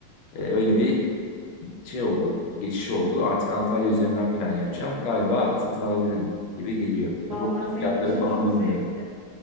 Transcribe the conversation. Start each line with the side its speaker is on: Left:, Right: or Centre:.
Left: e, öyle bir şey oldu. Geçiş oldu. Artık Antalya üzerinden plan yapacağım. Galiba satın alabilirim gibi geliyor. Tabii
Right: Vallahi
Left: o
Right: senin
Left: fiyatları
Right: için
Left: falan
Right: çok
Left: bilmiyorum.
Right: sevindim.